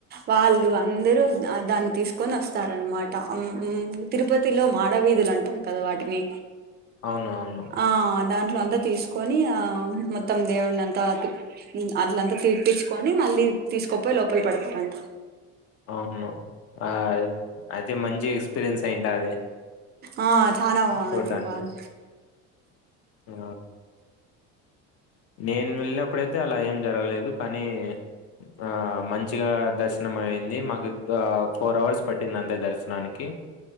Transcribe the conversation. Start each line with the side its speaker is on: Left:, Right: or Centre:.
Right: వాళ్ళు అన్ అందరు దాన్ని తీసుకొని వస్తారనమాట అమ్ తిరుపతిలో మాడవీధులు అంటారు కదా వాటిని.
Left: అవునవును
Right: ఆ దాంట్లో అంతా తీసుకొని ఆ మొత్తం దేవుడిని అంతా అట్లంతా తీప్పించుకని మళ్ళీ తీసుకోపోయి, లోపల పెడతారంట.
Left: అవును ఆ అదే మంచి ఎక్స్పీరియన్స్ అయింటది
Right: ఆ చానా బన్
Left: చూడ్డానికి
Right: బాన్
Left: ఆ నేను వెళ్ళినప్పుడయితే అలా ఏం జరగలేదు. కానీ ఆ మంచిగా దర్శనం అయింది మాకు. ఫోర్ అవర్స్ పట్టింది అంతే దర్శనానికి.